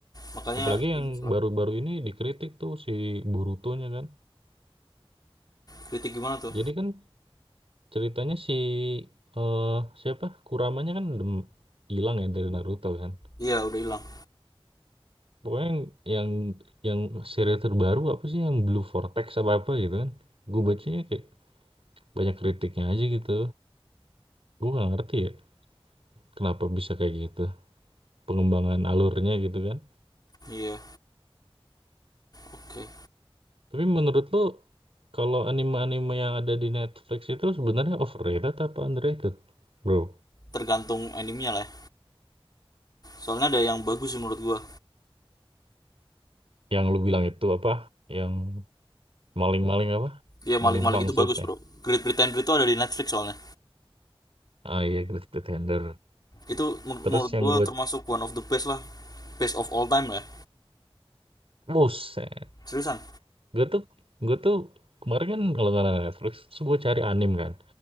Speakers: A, on the left; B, on the right.
A: makanya
B: apalagi
A: minus
B: yang
A: lah
B: baru-baru ini dikritik tuh si Borutonya kan
A: kritik gimana tuh
B: jadi kan ceritanya si eh siapa Kuramanya kan dem hilang ya dari Naruto kan
A: iya udah hilang
B: pokoknya yang yang, yang seri terbaru apa sih yang Blue Vortex apa apa gitu kan gue bacanya kayak banyak kritiknya aja gitu gue nggak ngerti ya kenapa bisa kayak gitu pengembangan alurnya gitu kan
A: iya oke
B: Tapi menurut lo kalau anime-anime yang ada di Netflix itu sebenarnya overrated apa underrated, bro?
A: tergantung animenya lah ya. soalnya ada yang bagus sih menurut gua
B: Yang lu bilang itu apa? Yang maling-maling apa?
A: iya
B: Maling
A: maling-maling
B: pangsit
A: itu bagus
B: ya?
A: bro Great Britain Break itu ada di Netflix soalnya
B: Ah iya, Great Pretender.
A: itu men-
B: Terus
A: menurut
B: yang
A: gua
B: gue,
A: termasuk one of the best lah best of all time lah ya.
B: buset.
A: seriusan
B: Gue tuh, gue tuh kemarin kan kalau nggak ada Netflix, terus gue cari anime kan.